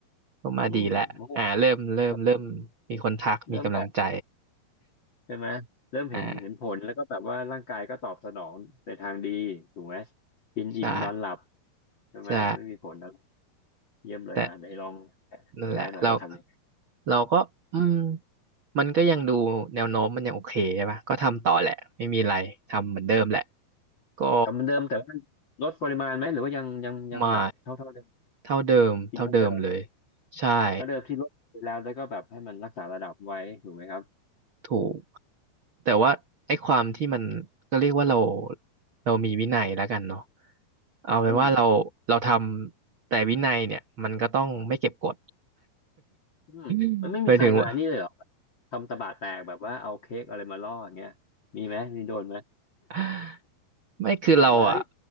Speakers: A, on the right; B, on the left.
A: ก็มาดีแล้วอ่าเริ่มเริ่มเริ่มมีคนทักมีกำลังใจ
B: อืมโอ้โหเริ่มเริ่มแบบใช่ไหมเริ่มเห็นเห็นผลแล้วก็แบบว่าร่างกายก็ตอบสนองในทางดีถูกไหม
A: อ่า
B: กินอิ่มนอนหลับ
A: ใช่
B: ใช่ไหมไม่มีผล
A: ใช่
B: เยี่ยมเลยอ่ะไหนลอง
A: แต่ นั่นแหละเรา
B: แชร์หน่อยว่าทำยังไง
A: เราก็อืมมันก็ยังดูแนวโน้มมันยังโอเคใช่ปะก็ทำต่อแหละไม่มีอะไรทำเหมือนเดิมแหละก็
B: ทำเหมือนเดิมแต่ว่าลดปริมาณไหมหรือว่ายังยังยังแบบเท่าเท่าเดิม
A: ไม่เท่าเดิมเท่าเดิมเลย
B: กินเท่าเดิม
A: ใช่
B: เท่าเดิมที่ลดไปแล้วแล้วก็แบบให้มันรักษาระดับไว้ถูกไหมครับ
A: ถูกแต่ว่าไอ้ความที่มันก็เรียกว่าเราเรามีวินัยแล้วกันเนาะเอาเป็นว่าเราเราทำแต่วินัยเนี่ยมันก็ต้องไม่เก็บกด
B: อืมอืมมันไม่มีใครมานี่เลยเหรอ
A: <laughs> หมายถึงว่า
B: ทำตะบะแตกแบบว่าเอาเค้กอะไรมาล่ออย่างเงี้ยมีไหมมีโดนไหม
A: <laughs> ไม่คือเราอ่ะ
B: แบบว่าเอ้ย